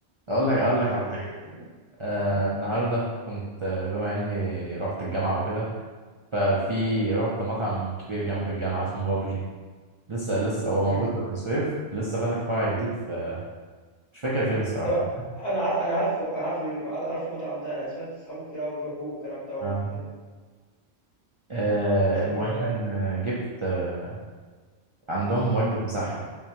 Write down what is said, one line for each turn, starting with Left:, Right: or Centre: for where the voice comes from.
Right: اقول لك اقول
Left: آه
Right: لك على
Left: بالض
Right: حاجه آه
Left: إمم،
Right: النهارده كنت آه، بما اني رحت الجامعه وكده ففي رحت مطعم كبير جنب الجامعه اسمه بابجي لسه لسه هو موجود
Left: إمم،
Right: في بني سويف لسه فاتح فرع جديد في مش فاكر فين الصراحة
Left: طب أنا عار أنا عارفه أنا عارف الم عارف المطعم ده، أنا سمعت صحابي كتير أوي بيروحوه والكلام ده وب
Right: آه.
Left: حلو،
Right: آه
Left: اسمه
Right: المهم
Left: وج آه،
Right: إن جبت آه عندهم وجبة مسحب